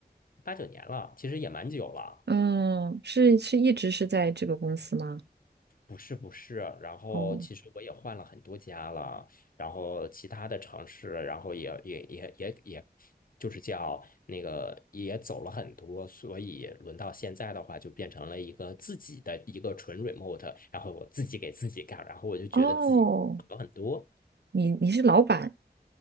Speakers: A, on the left (about 55°); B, on the right (about 80°).
A: 八九年了，其实也蛮久了。
B: 嗯，是是一直是在这个公司吗？
A: 不是不是，然后其实我也换了很多家了，
B: 哦
A: 然后其他的城市，然后也也也也也，就是叫那个也走了很多，所以轮到现在的话，就变成了一个自己的一个纯 remote，然后我自己给自己干，然后我就觉得自己好很多。
B: 哦，你你是老板